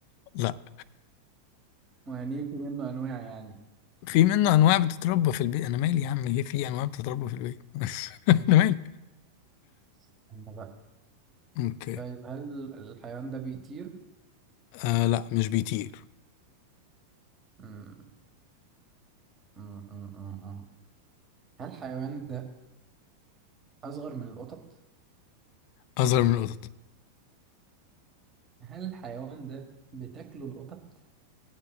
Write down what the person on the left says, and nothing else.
لا
في منه انواع بتتربى في البيت انا مالي يا عم ايه في انواع بتتربى في البيت <laughs> انا مالي
اوكي
آه لا مش بيطير
اصغر من القطط